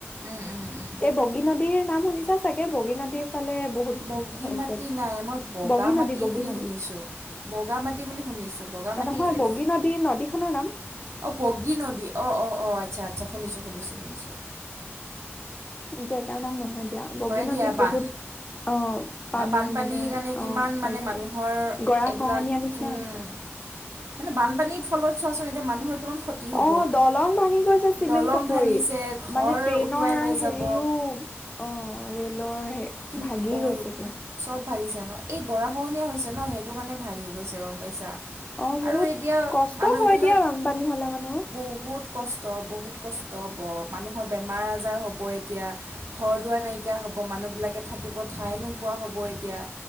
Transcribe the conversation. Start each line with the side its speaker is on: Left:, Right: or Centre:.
Right: উম উম উম
Left: এই বগী নদীৰ নাম শুনিছা চাগে বগী নদীৰ? ফালে বহুত
Right: বগী
Left: হৈছে
Right: মাটি নাই, মই বগা
Left: বগী
Right: মাটি
Left: নদী বগী
Right: বুলি
Left: নদী
Right: শুনিছো। বগা মাটি বুলি শুনিছো বগা মাটিতো
Left: নহয়
Right: ই
Left: বগী নদী নদীখনৰ নাম
Right: অ' বগী নদী অ অ অ আচ্ছা আচ্ছা শুনিছো শুনিছো। শুনিছো।
Left: জেগাৰ নাম নহয় দিয়া। বগী নদীত
Right: দিয়া বা
Left: বহুত অ' পানীৰ
Right: বানপানীৰ
Left: মানে
Right: কাৰণে কিমান
Left: অ
Right: মানে
Left: হৈছে
Right: মানুহৰ
Left: গৰা
Right: এইবিলাক
Left: খহনীয়া নিচিনা
Right: উম
Left: হৈছে
Right: মানে বানপানীৰ ফলত চোৱাচোন এতিয়া মানুহৰ কিমান ক্ষতি হ'ব
Left: অ, দলং ভাঙি গৈছে, চিমেণ্ট
Right: দলং
Left: চাপৰিত।
Right: ভাঙিছে ঘৰ
Left: মানে ট্ৰেইনৰ
Right: উটুৱাই লৈ
Left: হেৰিও
Right: যাব
Left: অ, ৰেলৰ হে
Right: কি
Left: ভাগি
Right: অঁ
Left: গৈছে পুৰা।
Right: চব ভাগিছে ন? এই গৰা খহনীয়া হৈছে ন? সেইটো কাৰণে ভাগি গৈছে গম পাইছা।
Left: অ 'বহুত
Right: আৰু এতিয়া
Left: কষ্ট
Right: মানুহবিলাক
Left: হয় দিয়া। পানী হ'লে মানে অ।
Right: বহুত কষ্ট বহুত কষ্ট হ'ব মানুহৰ বেমাৰ-আজাৰ হ'ব এতিয়া। ঘৰ দুৱাৰ নাইকিয়া হ'ব। হ'ব মানুহবিলাকে থাকিব ঠাই নোপোৱা হ'ব এতিয়া।